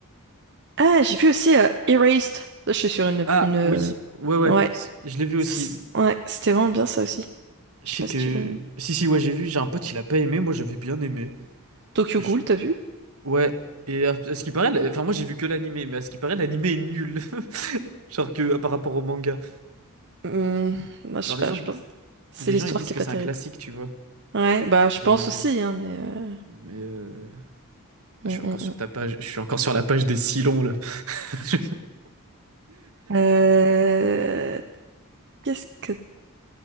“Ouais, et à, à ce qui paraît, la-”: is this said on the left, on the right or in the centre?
Right